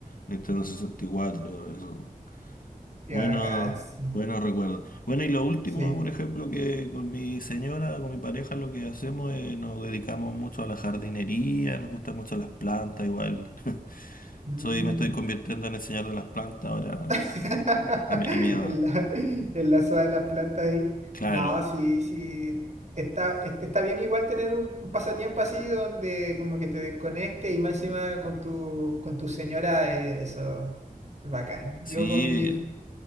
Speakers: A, on the left; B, on the right.
A: Nintendo 64, eso.
B: Qué
A: Bueno,
B: bacán, sí.
A: buenos recuerdos. Bueno, y lo último,
B: Sí.
A: por ejemplo, que con mi señora, con mi pareja, lo que hacemos es nos dedicamos mucho a la jardinería, nos gustan mucho las plantas, igual. <laughs>
B: Mm.
A: Soy, me estoy convirtiendo en el señor de las plantas ahora,
B: <laughs>
A: a mi, a mi edad.
B: el la, en la de las plantas ahí.
A: Claro,
B: No, sí, sí. Está, est- está bien igual tener un, un pasatiempo así donde como que te desconecte y más encima con tu, con tu señora, eh, eso, bacán.
A: sí.
B: Yo con mi,